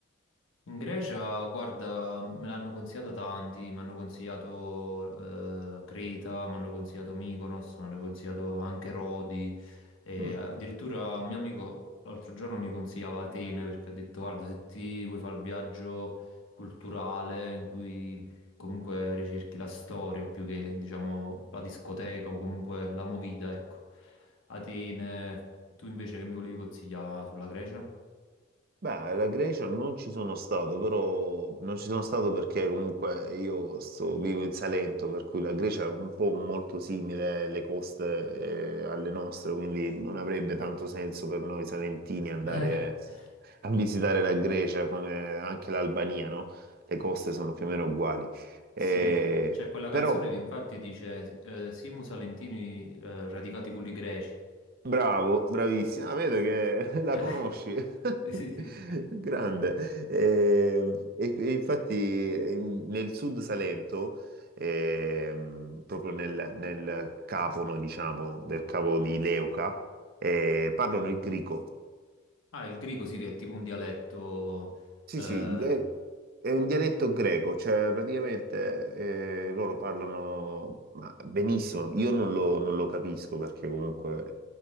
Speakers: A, on the left; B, on the right.
A: In Grecia, guarda, me l'hanno consigliata tanti, mi hanno consigliato eh, Creta, mi hanno consigliato Mykonos, mi hanno consigliato anche Rodi e
B: Mm.
A: addirittura un mio amico l'altro giorno mi consigliava Atene perché ha detto guarda, se ti vuoi fare il viaggio culturale in cui comunque ricerchi la storia più che diciamo la discoteca o comunque la movida, ecco. Atene, tu invece che mi volevi consigliare sulla Grecia?
B: Beh, la Grecia non ci sono stato, però non ci sono stato perché comunque io sto- vivo in Salento, per cui la Grecia è un po' molto simile alle coste, eh, alle nostre, quindi non avrebbe tanto senso per noi salentini andare
A: <laughs>
B: a visitare la Grecia come anche l'Albania, no? Le coste sono più o meno uguali. Eh,
A: Sì, c'è quella
B: però
A: canzone che infatti dice eh, Simus Salentini eh, radicati culi greci.
B: Bravo, bravissima. Ah, vedo che <laughs> la
A: Eh,
B: conosci.
A: <laughs> Sì,
B: <laughs>
A: sì, sì.
B: Grande. Eh, E, e infatti eh, nel sud Salento, ehm, proprio nel, nel capono, diciamo, del cavo di Leuca, eh, parlano il grico.
A: Ah, il greco sì, che è tipo un dialetto
B: Sì,
A: eh,
B: sì, è, è un dialetto greco, cioè praticamente eh, loro parlano ma, benissimo, io non lo, non lo capisco perché comunque